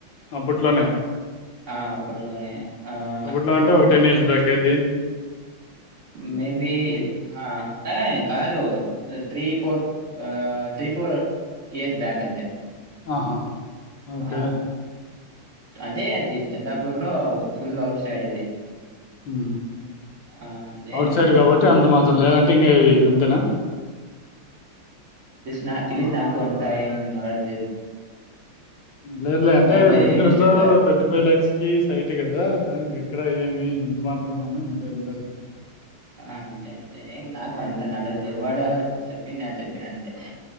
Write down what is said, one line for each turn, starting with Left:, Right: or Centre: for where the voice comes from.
Left: అప్పట్లోనే.
Right: ఆ అప్పట్లోనే. ఆహ్,
Left: అప్పట్లో అంటే ఒక టెన్ ఇయర్స్ బ్యాకా ఇది.
Right: మేబి హా ఏ కాదు త్రీ ఫోర్ ఆ త్రీ ఫోర్ ఇయర్స్ బ్యాక్ అంతే.
Left: ఆహా. ఓకే.
Right: ఆ! అంటే అది చందాపూర్ లో ఫుల్ అఔట్ సైడ్ అది.
Left: మ్
Right: ఆహ్, అంతే
Left: ఔట్ సైడ్
Right: అండ్
Left: కాబట్టి అంత మాత్రం లేదంటే ఇంగ అంతేనా.
Right: నాక్ తెలిదు నాకు అంత ఏం నలెజ్.
Left: లేదు లే అంటే
Right: మై
Left: బెంగళూరు
Right: రిలేటివ్స్ చెప్పారు
Left: లో ట్వంటీ ఫైవ్ ల్యాక్స్ కి సైట్ గదా దానికి ఎక్కడ ఏమి ఎంత మాత్రం అని ఉంటాయి ఎంత అడగ
Right: ఆ అంతే అంతేనేం నాకు అంత నాలెజ్ లేదువాడ చెప్పింది నేను చెప్పిన అంతే.